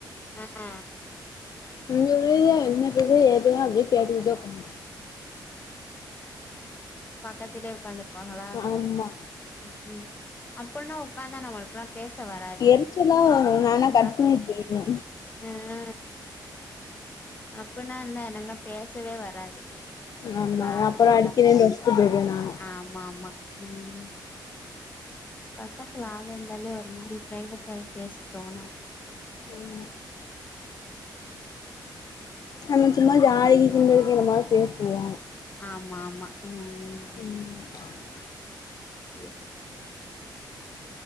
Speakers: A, on the left (about 20°); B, on the left (about 50°).
A: ஆஹ
B: இங்க உள்ளது என்ன பேசுற ஏது பேசுன அப்டியே கேட்டுட்டே உக்காந்
A: பக்கத்திலேயே உக்காந்து இருப்பாகலா
B: ஆமா
A: ம் ம் அப்பனா உக்காந்தான பாக்குரா பேச வராது
B: எரிச்சலா வரு நானா
A: ஆ
B: கட் பண்ணிட்டு போயிருவே
A: ம் அப்பனா என்ன எனக்குனா பேசவே வராது பக்கத்துல
B: ஆமா
A: ஆள்
B: அப்றோ
A: இருந்தா
B: அடிக்குறேனு வச்சிட்டு போய்டுவே நானு
A: ஆமா ஆமா ம் பக்கத்துல ஆ என்ன இருந்தாலுமே ஒரு மாரி பிரைவேட்டா பேசத் தோணாத்
B: ஆமா நம்ம சும்மா
A: ம்
B: ஜாலிக்கு கிண்டலுக்கு இந்த மாரி பேசுவோ
A: ஆமா ஆமா ம்
B: ம்
A: <unintelligible>